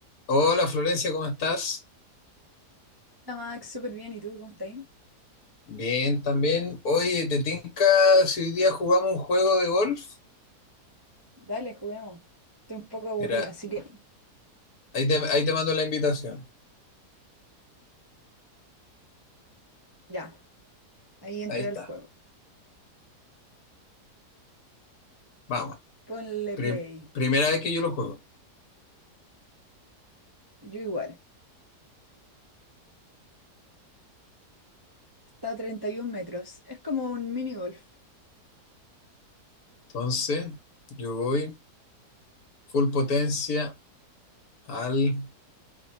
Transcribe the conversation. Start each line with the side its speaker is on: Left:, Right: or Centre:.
Left: Hola Florencia, ¿cómo estás?
Right: Hola Max, súper bien. ¿Y tú cómo estás?
Left: Bien, también. Oye, ¿te tinca si hoy día jugamos un juego de golf?
Right: Dale, juguemos. Estoy un poco aburrida,
Left: Mira,
Right: así que
Left: ahí te, ahí te mando la invitación.
Right: ya, ahí entra
Left: Ahí está,
Right: el juego.
Left: vamos.
Right: Ponle
Left: Pri-
Right: play.
Left: primera vez que yo lo juego.
Right: Yo igual. Está a 31 metros. Es como un mini golf.
Left: Entonces, yo voy full potencia al